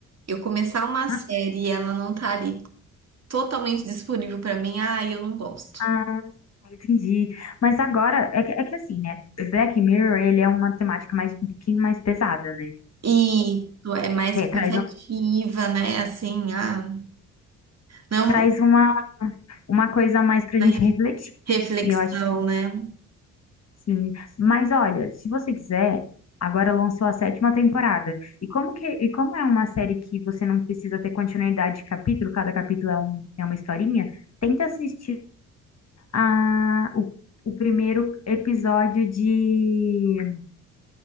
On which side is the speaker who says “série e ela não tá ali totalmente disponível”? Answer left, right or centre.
Right